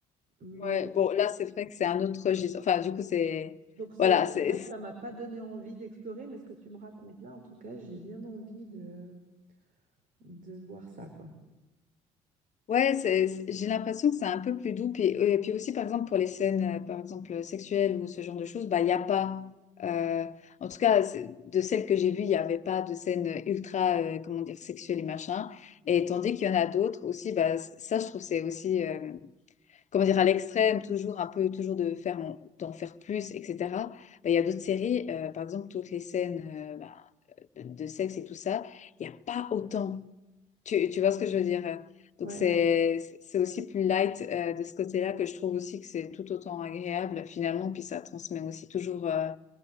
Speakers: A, on the right; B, on the left.
A: mais
B: Ouais, bon, là, c'est vrai que c'est un autre registre. Enfin, du coup, c'est...
A: Donc c'est
B: Voilà, c'est...
A: c'est vrai que ça m'a pas donné envie d'explorer, mais ce que tu me racontes là, en tout cas, j'ai bien envie de, de voir ça, quoi.
B: Ouais, c'est- c'est- j'ai l'impression que c'est un peu plus doux. Puis, euh, et puis aussi, par exemple, pour les scènes, euh, par exemple, sexuelles ou ce genre de choses, bah, il n'y a pas. euh, en tout cas, c'est- de celles que j'ai vues, il n'y avait pas de scènes ultra, euh, comment dire, sexuelles et machin. Et tandis qu'il y en a d'autres aussi, bah, c- ça, je trouve, c'est aussi, euh, comment dire, à l'extrême, toujours un peu, toujours de faire, en- d'en faire plus, etc. Bah, il y a d'autres séries, euh, par exemple, toutes les scènes, euh, bah, de de sexe et tout ça, il n'y a pas autant. Tu, tu vois ce que je veux dire? euh. Donc,
A: Ouais.
B: c'est, c'est aussi plus light euh, de ce côté-là que je trouve aussi que c'est tout autant agréable finalement. Puis ça transmet aussi toujours euh,